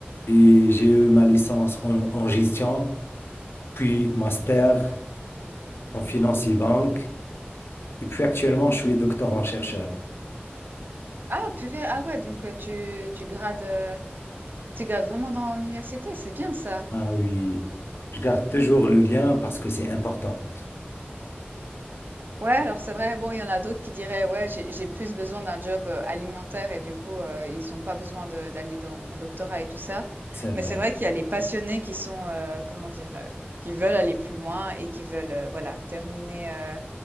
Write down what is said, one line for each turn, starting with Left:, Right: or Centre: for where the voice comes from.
Left: et j'ai eu ma licence en, en gestion, puis master en finance et banque. Et puis actuellement, je suis doctorant chercheur.
Right: Ah, purée, ah ouais, donc euh, tu, tu grades, euh, tu grades vraiment dans l'université, c'est bien ça.
Left: Ah oui, je garde toujours le lien parce que c'est important.
Right: Ouais, alors c'est vrai, bon, il y en a d'autres qui diraient, ouais, j'ai j'ai plus besoin d'un job euh, alimentaire et du coup, euh, ils ont pas besoin de- d'aller dans mon doctorat et tout ça.
Left: C'est vrai.
Right: Mais c'est vrai qu'il y a les passionnés qui sont, euh, comment dire, euh, qui veulent aller plus loin et qui veulent, euh, voilà, terminer, euh,